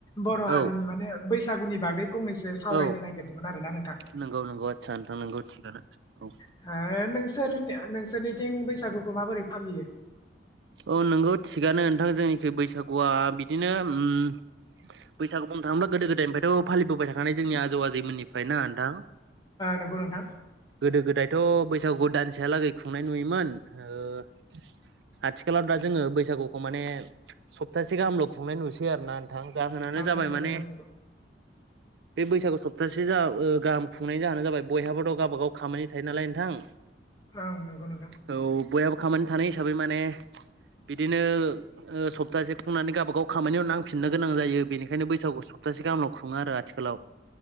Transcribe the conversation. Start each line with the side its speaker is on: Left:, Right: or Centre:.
Left: बर' हारिनि
Right: औ
Left: माने बैसागुनि बागै फंनैसो सावरायनो
Right: औ
Left: नागिरदोंमोन आरोना नोंथां
Right: नंगौ नंगौ आदसा नोंथां नंगौ थिगानो औ
Left: <unintelligible> <unintelligible> नोंसोरनिथिं बैसागुखौ माबोरै फालियो?
Right: औ नोंगौ थिगानो नोंथां जोंनिखि बैसागुआ बिदिनो उम बैसागु बुंनो थाङोबा गोदो गोदायनिफ्रायथ' फालिबोबाय थाखानानै जोंनि आजौ आजैमोननिफ्राय ना नोंथां?
Left: नंगौ नोंथां
Right: गोदो गोदाय थ' बैसागु दानसेहालागै खुंनाय नुयोमोन ओ आथिखालाव दा जोङो बैसागुखौ माने सप्तासे गाहामल खुंनाय नुसै आरोना। थां जाहोनानो जाबाय
Left: नंगौ
Right: माने।
Left: नोंथां नंगौ
Right: बे बैसागु सप्तासे जा गाहाम खुंनायनि जाहोनानो जाबाय बयहाबोथ गावबाागाव खामानि थायो नालाय नोंथां।
Left: ओं नंगौ नोंथां।
Right: औ बयहाबो खामानि थानाय हिसाबै माने बिदिनो सप्तासे खुंनानै गावबागाव खामानियाव नांफिननो गोनां जायो बेनिखायनो बैसागुखौ सप्तासे गाहामलायाव खुङो आरो आथिखालाव